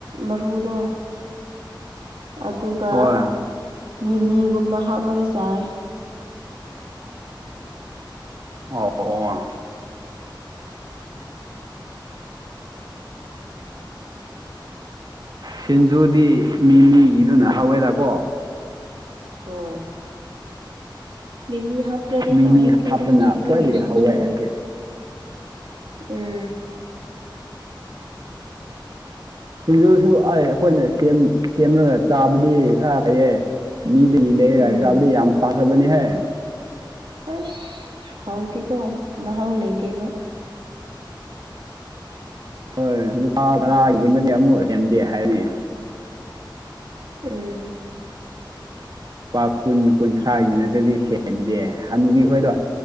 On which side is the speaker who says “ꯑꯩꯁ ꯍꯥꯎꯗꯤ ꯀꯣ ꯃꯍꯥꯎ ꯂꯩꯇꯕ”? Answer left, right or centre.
Right